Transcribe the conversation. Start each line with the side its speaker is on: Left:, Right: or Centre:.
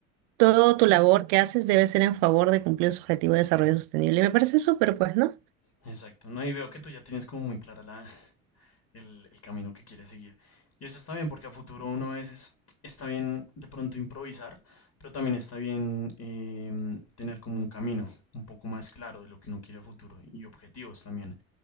Right: toda tu labor que haces debe ser en favor de cumplir su objetivo de desarrollo sostenible. Y me parece súper, pues, ¿no?
Left: exacto. No, y veo que tú ya tienes como muy clara la, el, el camino que quiere seguir. Y eso está bien porque a futuro uno a veces está bien de pronto improvisar, pero también está bien eh, tener como un camino un poco más claro de lo que uno quiere a futuro y objetivos también.